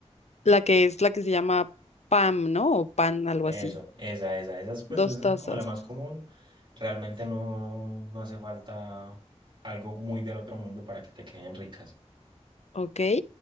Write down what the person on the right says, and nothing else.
Eso,
esa, esa, esa es, pues,
esa
es como la más común. Realmente no, no hace falta algo muy del otro mundo para que te queden ricas.